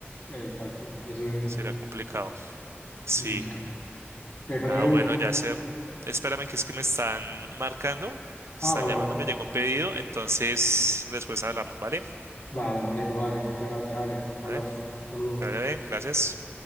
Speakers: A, on the left; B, on the right.
A: El tanto, eso mismo.
B: sería complicado. Sí.
A: Mm, Te pregunto.
B: Ah, bueno, Yacer. Espérame, que es que me están marcando, están
A: Ah, vale,
B: llamando,
A: vale.
B: me llegó un pedido, entonces después hablamos, ¿vale?
A: Vale, hermanito, vale. Muchas gracias, dale. Después
B: Vale,
A: hablamos. Saludos.
B: vale, vale, gracias.